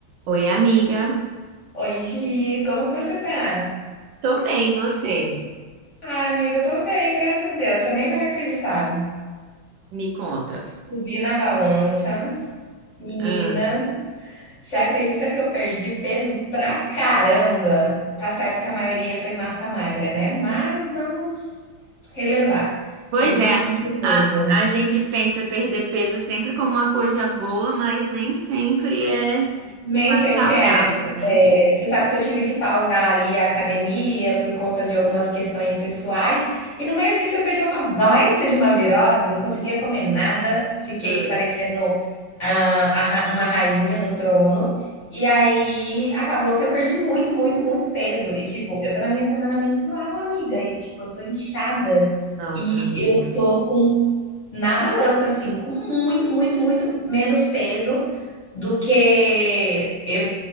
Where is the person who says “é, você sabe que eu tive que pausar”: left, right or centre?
Left